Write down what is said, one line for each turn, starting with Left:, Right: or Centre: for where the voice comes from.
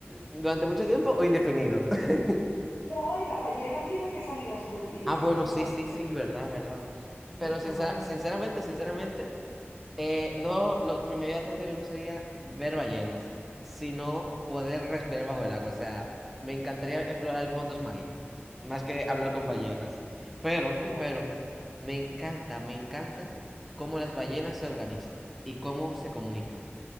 Centre: ¿durante mucho tiempo o indefinido? <laughs>
Left: No, y las ballenas tienen que salir a superficie
Centre: Ah,
Left: porque
Centre: bueno,
Left: son
Centre: sí,
Left: mamíferos.
Centre: sí, sí, verdad, verdad.
Left: Sí,
Centre: Pero
Left: son
Centre: sincera-
Left: mamíferos,
Centre: sinceramente, sinceramente, eh, no, lo- mi mayor atractivo no sería ver ballenas, sino poder respirar bajo el agua. O sea, me encantaría explorar fondos marinos, más que hablar
Left: claro.
Centre: con ballenas. Pero,
Left: Ya,
Centre: pero, me encanta, me encanta cómo las ballenas se organizan y cómo se comunican.